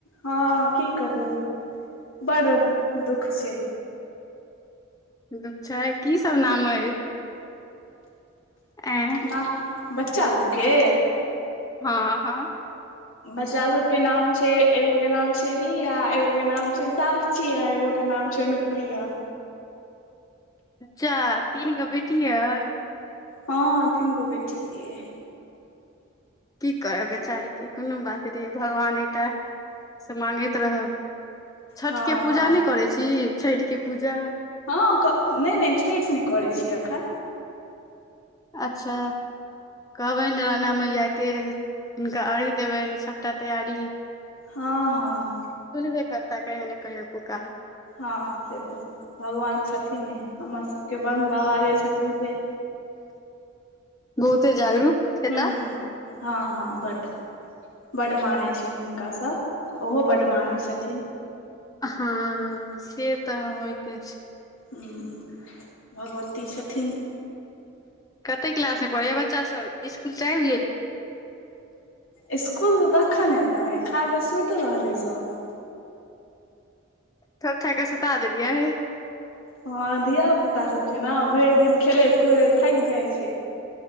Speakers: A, on the left; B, on the left.
A: हँ की कहू बड़ दुःख छै।
B: <unintelligible> छै की सब नाम अइ? एं।
A: वाह, बच्चा सबके?
B: हँ हं।
A: बच्चा सब के नाम छै एगो के नाम छै रिया एगो के नाम छै साक्षी छै एगो के नाम छै अनुप्रिया।
B: जा तीन गो बेटिये अई।
A: हँ तीन गो बेटिये अइ।
B: की करब बेचारीे के कोनो बात नै भगवान एकटा से माँगैत रहू। छठिके
A: हँ
B: पूजा
A: हँ
B: नहि करै छी छठिके पूजा।
A: हँ, नै नै छठि नहि करैत छी अखैन।
B: अच्छा। कहबनि जे राणा मैइयाके हुनका अर्घ्य देबनि सभटा तैयारी
A: हँ हँ।
B: सुनबे करता कहियो ने कहियो पुकार।
A: हँ हँ से तऽ भगवान छथिने, हमर सबके ब्रह्मबाबा जे छथिन से
B: बहुते जागरूक। हेता
A: हुं, हँ हँ बड। बड मानै छनि हुनका सभ, ओहो बड मानै छथिन।
B: हँ से तऽ होइते छै।
A: हुं भगवती छथिन।
B: कते क्लास मे पढ़ैये बच्चा सब, स्कूल से आबि गेल?
A: इसकुल सं अखन एतै खाकऽ सुति रहलै सभ।
B: ठोकि ठाकि के सुता देलियै।
A: हँ धिया पुता सब छै ने भरि दिन खेलैत कुदैत थाकि जाइत छै।